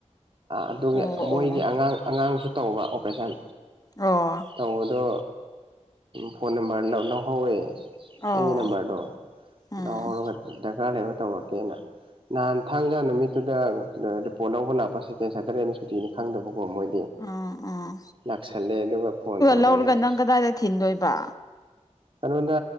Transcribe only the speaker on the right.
ꯑꯗꯨꯒꯤ
ꯃꯣꯏꯒꯤ ꯑꯉꯥꯡ ꯑꯉꯥꯡꯁꯨ ꯇꯧꯕ ꯑꯣꯄꯔꯦꯁꯟ
ꯇꯧꯕꯗꯣ ꯐꯣꯟ ꯅꯝꯕꯔ ꯂꯧꯍꯧꯋꯦ
ꯑꯩꯒꯤ ꯅꯝꯕꯔꯗꯣ
ꯂꯧꯍꯧꯔꯒ ꯗꯔꯀꯥꯔ ꯂꯩꯕ ꯇꯧꯔꯛꯀꯦꯅ ꯅꯍꯥꯟ ꯊꯥꯡꯖ ꯅꯨꯃꯤꯠꯇꯨꯗ ꯑ ꯔꯤꯄꯣꯔꯠ ꯂꯧꯕ ꯂꯥꯛꯄ ꯁꯦꯀꯦꯟ ꯁꯦꯇꯔꯗꯦꯅꯦ ꯁꯨꯇꯤꯅꯤ ꯈꯪꯗꯕꯀꯣ ꯃꯣꯏ
ꯂꯥꯛꯁꯜꯂꯦ ꯑꯗꯨꯒ ꯐꯣꯟ ꯇꯧꯔꯛꯑꯦ
ꯑꯁ
<unintelligible> ꯉꯣꯟꯗ